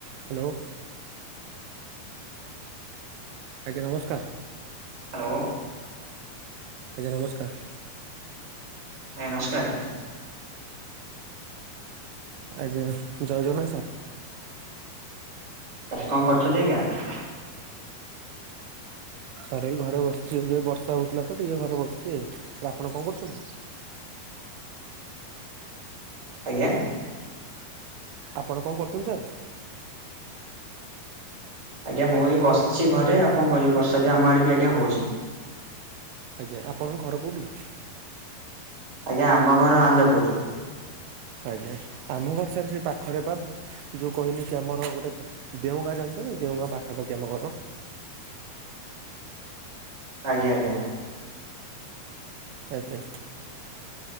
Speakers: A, on the right; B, on the right.
A: Hello. ଆଜ୍ଞା ନମସ୍କାର।
B: Hello.
A: ଆଜ୍ଞା ନମସ୍କାର।
B: ଆଜ୍ଞା ନମସ୍କାର।
A: ଆଜ୍ଞା ଜୟ ଜଗନ୍ନାଥ ସାର୍।
B: କଣ କରୁଛନ୍ତି ଆଜ୍ଞା।
A: ସାର ଏଇ ଘରେ ବସିଛି ଏବେ ବର୍ଷା ହଉଥିଲା ତ ଟିକେ ଘରେ ବସିଛି ଆପଣ କଣ କରୁଛନ୍ତି?
B: ଆଜ୍ଞା।
A: ଆପଣ କଣ କରୁଛନ୍ତି ସାର୍?
B: ଆଜ୍ଞା ମୁଁ ଏଇ ବସିଛି ଘରେ ଆଉ କଣ କରିବି ବର୍ଷା ବି ଆମ ଆଡେ ବି ଆଜ୍ଞା ହଉଛି।
A: ଆଜ୍ଞା ଆପଣଙ୍କ ଘର କୋଉଠିକି
B: ଆଜ୍ଞା ଆମ ଘର ଆନ୍ଦପୁର।
A: ଆଜ୍ଞା ଆମ୍ ଘର ସେ ପାଖରେ ପା। ଯୋଉ କହିଲି କି ଆମର ଗୋଟେ ଦେଉଁ ଗାଁ ଜାଣିଛନ୍ତି ଦେଉଁ ଗାଁ ପାଖାପାଖି ଆମ ଘର।
B: ଆଜ୍ଞା ଆଜ୍ଞା।
A: ଆଜ୍ଞା